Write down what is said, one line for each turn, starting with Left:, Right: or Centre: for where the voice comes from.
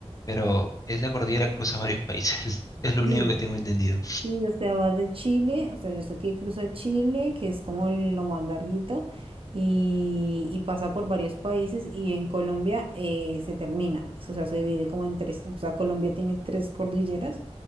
Left: Pero esa cordillera cruza varios países, <laughs> es lo
Right: sí
Left: único que tengo entendido.
Right: Sí, o sea, va de Chile, o sea, yo sé que cruza Chile, que es como lo más larguito, y, y pasa por varios países y en Colombia eh, se termina, o sea, se divide como en tres, o sea, Colombia tiene tres cordilleras,